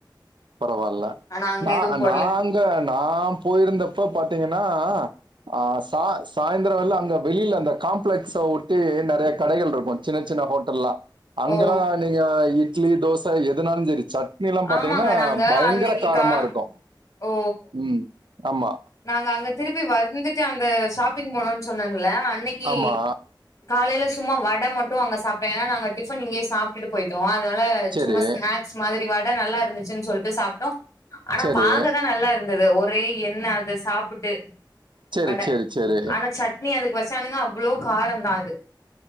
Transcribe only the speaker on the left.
ஆனா அங்க
எதுவு போடல
ஓ
ஆமாங்க
நாங்க
அன்னைக்கு
கா
ஓ
நாங்க அங்க திருப்பி வருந்துட்டு அந்த ஷாப்பிங் போனோன் சொன்ன ல அன்னக்கி
காலைல சும்மா வட மட் டு அங்க சாப்ட்ட ஏனா நாங்க டிஃபன் இங்கயே சாப்ட்டுட்டு போயிட்டோ அதனால
சும்மா ஸ்நாக்ஸ் மாரி வ நல்லா இருந்துச்சுன்னு சொல்ட்டு சாப்ட்டோ ஆனா
பாக்கதா நல்லா இருந்தது ஒரே எண் ண்ண அத சாப்ட்டு
வட
ஆனா சட்னி அதுக்கு சன்னா அவ்ளோ காரந்தா அது